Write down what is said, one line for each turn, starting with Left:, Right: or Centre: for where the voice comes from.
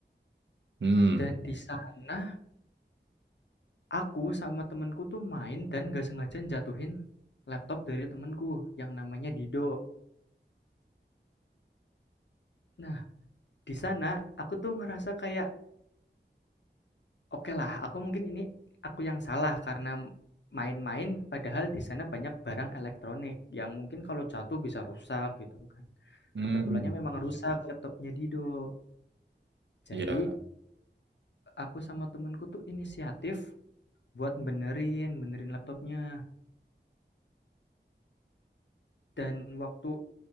Right: Hmm.
Left: Dan di sana Aku sama temenku tuh main dan nggak sengaja jatuhin laptop dari temenku yang namanya Dido. Nah, di sana aku tuh ngerasa kayak, oke lah, aku mungkin ini aku yang salah karena main-main, padahal di sana banyak barang elektronik yang mungkin kalau jatuh bisa rusak gitu kan.
Right: Hmm.
Left: Kebetulannya memang rusak laptopnya Dido. Jadi,
Right: Ya.
Left: aku sama temanku tuh inisiatif buat benerin, benerin laptopnya. Dan waktu